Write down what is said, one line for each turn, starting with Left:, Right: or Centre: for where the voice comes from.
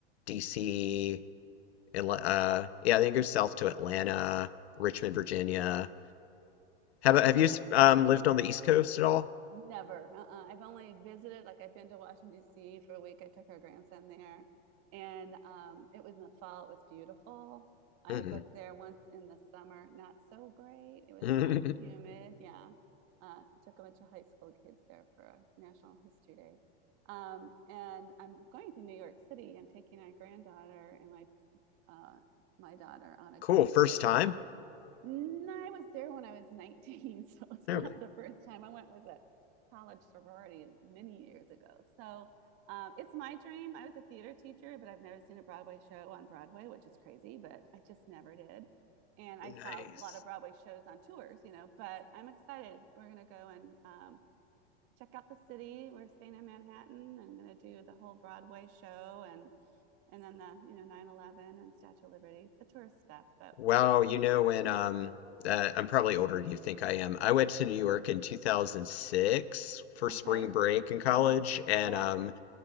Left: DC, Atla- uh, yeah, I think it goes south to Atlanta, Richmond, Virginia. How about, have
Right: So
Left: you
Right: I don't
Left: um, lived on the East Coast at all?
Right: never. Uh-uh. I've only visited, like I've been to Washington, D.C. for a week. I took our grandson there and um it was in the fall. It was beautiful. I
Left: hmm
Right: was there once in the summer, not so great. It was
Left: <laughs>
Right: hot and humid. Yeah. Uh, took a bunch of high school kids there for a National History Day. Um, and I'm going to New York City. I'm taking my granddaughter and my uh, my daughter on a
Left: Cool.
Right: girls'
Left: First
Right: trip
Left: time?
Right: No, I was there when I was 19. <laughs> So it's
Left: Okay.
Right: about the first time I went with a college sorority many years ago. So um, it's my dream. I was a theater teacher, but I've never seen a Broadway show on Broadway, which is crazy, but I just never did. And
Left: Nice.
Right: I saw a lot of Broadway shows on tours, you know, but I'm excited. We're going to go and um, check out the city. We're staying in Manhattan. I'm going to do the whole Broadway show and and then the, you know, 9/11 and Statue of Liberty, the tourist stuff. But
Left: Wow, you know when um uh, I'm probably older than you think I am. I went to New York in 2006 for spring
Right: okay.
Left: break in college
Right: Uh-huh.
Left: and
Right: Oh, wow.
Left: um